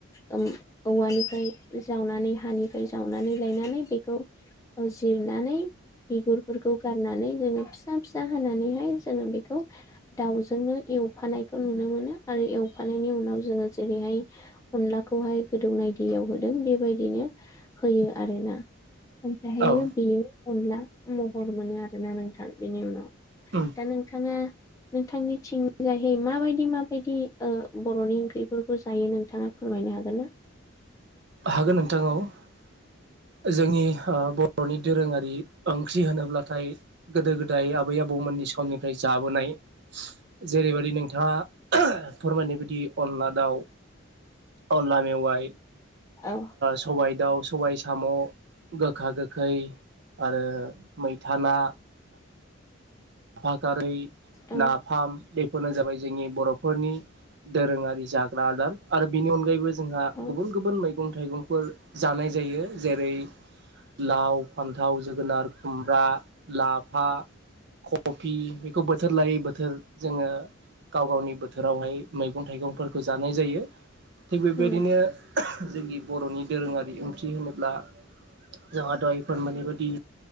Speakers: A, on the left; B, on the right.
A: औ औवानिफ्राय जावनानै हानिफ्राय जावनानै लायनानै बेखौ जिरनानै बिगुरफोरखौ गारनानै जोङो फिसा फिसा होनानैहाय जोङो बेखौ दाउजोंनो एवफानायखौ नुनो मोनो आरो एवफानायनि उनाव जोङो जेरैहाय अनलाखौहाय गोदौनाय दैयाव होदों बेबायदिनो होयो आरोना। ओमफ्रायहायो
B: औ
A: बेयो अनला महर मोनो आरोना नोंथां बेनि उनाव
B: उम
A: दा नोंथाङा नोंथांनि थिंनिजायहै माबायदि माबायदि बर'नि ओंख्रिफोरखौ जायो नोंथाङा फोरमाय मायनो हागोन ना?
B: हागोन नोंथां औ जोंनि बर'नि दोरोङारि ओंख्रि होनोब्लाथाय गोदो गोदाय आबै आबौमोननि समनिफ्राय जा लाबोनाय जेरैबायाददि नोंथाङा फोरमायनाय बायदि अनला दाउ अनला मेवाइ
A: औ
B: सबाय दाउ स सबाय साम' गोखा गोखै आरो मैथा ना आफफा खारै
A: औ
B: नाफाम बेफोरनो जाबाय जोंनि बर'फोरनि दोरोङारि जाग्रा आदार आरो बिनि अनगायैबो जोंहा
A: औ
B: गुबुन गुबुन मै मैगं थाइगंफोर जानाय जायो। जेरै लाव फान्थाव जोगोनार खुमब्रा लाफा। कफि बेखौ बोथोर लायै बोथोर जोङो गाव गावनि बोथोरावहाय मैगं थाइगंफोरखौ जानाय जायो थिग बेबायदिनो
A: उम
B: जोंनि बर'नि दोरोङारि ओंख्रि होनोब्ला जोंहााथ'इफोर माने बायदि